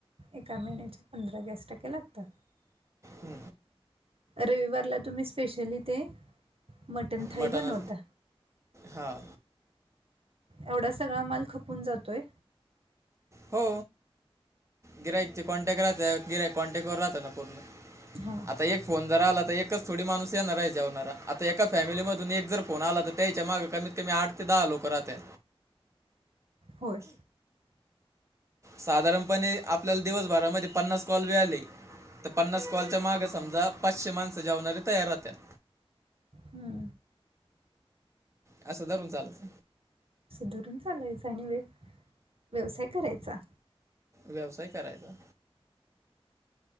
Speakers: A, on the right (about 70°); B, on the right (about 30°).
A: एका महिन्याच्या पंधरा गॅस टक्या लागतात.
B: अ
A: रविवारला तुम्ही स्पेशली ते मटन थाळी
B: मटण
A: बनवता.
B: हां
A: एवढा सगळा माल खपून जातोय.
B: हो गिरायकचे कॉन्टॅक्ट राहत्या, गिराइक कॉन्टॅक्ट वर राहत ना पूर्ण
A: हा.
B: आता एक फोन जर आला तर एकच थोडी माणूस येणार हाय जेवणारा आता एका फॅमिलीमधून एक जर फोन आला तर त्यायच्या माग कमीत कमी आठ ते दहा लोक राहत्या.
A: होय.
B: साधारणपणे आपल्याला दिवसभरामध्ये पन्नास कॉल बी आले त पन्नास कॉलच्या माग समजा पाचशे माणसं जेवणारे तयार राहत्यात.
A: हूं
B: असं धरून चालाच
A: असं धरून चालायच आणि व्य व्यवसाय करायचा.
B: व्यवसाय करायचा.